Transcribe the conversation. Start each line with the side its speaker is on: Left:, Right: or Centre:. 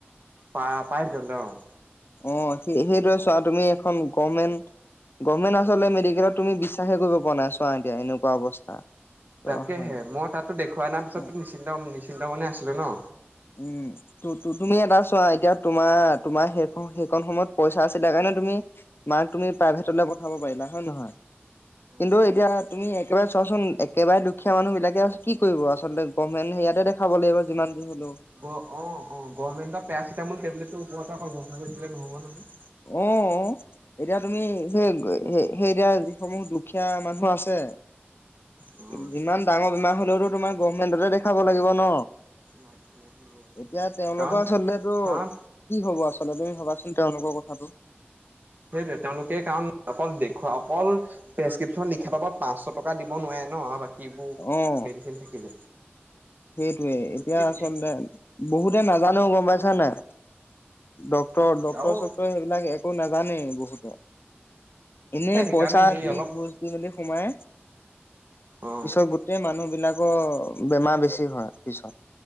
Right: প্ৰাইভেট লৈ অঁ।
Left: অঁ স সেইটোৱে চোৱা তুমি এখন গভমেণ্ট গভমেণ্ট আচলতে মেডিকেলত তুমি বিশ্বাসে কৰিব পৰা নাই চোৱা এতিয়া এনেকুৱা অৱস্থা জনসাধাৰণৰ
Right: তাকেহে মই তাতো দেখুৱা অনাৰ পিছতো
Left: অ
Right: নিশ্চিন্ত নি চিন্তা মনে আছিলো ন
Left: উম ত তুমি এটা চোৱা এতিয়া তোমাৰ তোমাৰ সেইখন সেইখন সময়ত পইচা আছিলা কাৰণে তুমি মাক তুমি প্ৰাইভেটত পঠাব পাৰিলা হয় ন নহয়
Right: অ
Left: কিন্তু
Right: সেইটোৱে
Left: এতিয়া তুমি একেবাৰে চোৱাচোন একেবাৰে দুখীয়া মানুহ বিলাকে কি কৰিব আচলতে গ মানে ইয়াতে দেখাব লাগিব যিমান দিন হলেও
Right: অঁ অঁ গভৰমেণ্ট পেৰাচিটামল টেবলেট ত অকল ভৰষা কৰি থাকিলে নহ'ব নহয়
Left: অঁ এতিয়া তুমি সেই সেই সেই এতিয়া যিসমূহ দুখীয়া মানুহ আছে
Right: হয়।
Left: যিমান ডাঙৰ বেমাৰ হ'লেওটো তোমাৰ গৰ্ভমেণ্টতে দেখাব লাগিব ন
Right: লাগ লাগিব।
Left: এতিয়া তেওঁলোকৰ
Right: কাৰণ
Left: আচলতেটো
Right: কাৰণ
Left: কি হ'ব আচ লত তুমি ভাবাচোন তেওঁলোকৰ কথা কথাটো
Right: সেইটোৱে তেওঁলোকে কাৰণ অকল দেখুৱা অকল প্ৰেছক্ৰিপশ্যন লিখা বাবদ পাঁচশ টকা দিব নোৱাৰে ন আৰু বাক কিবোৰ
Left: অ
Right: মেডিচিন থাকিলে
Left: সেইটোৱে
Right: গতিকে
Left: এতিয়া আচলতে
Right: সেই
Left: বহুতে নাজানেও গম পাইছো না নাই ডক্টৰ
Right: সেই
Left: ডক্টৰ
Right: আৰু
Left: চক্টৰ সেইবিলাক একো নাজানেই বহুতে এনেই
Right: এ সেইকাৰণে
Left: পইচা
Right: সেই
Left: দি
Right: অলপ
Left: ঘোচ দি মেলি সোমাই,
Right: অ
Left: পিছত গোতেই মানুহ বিলাকৰ বেমাৰ বেছি হয় পিছত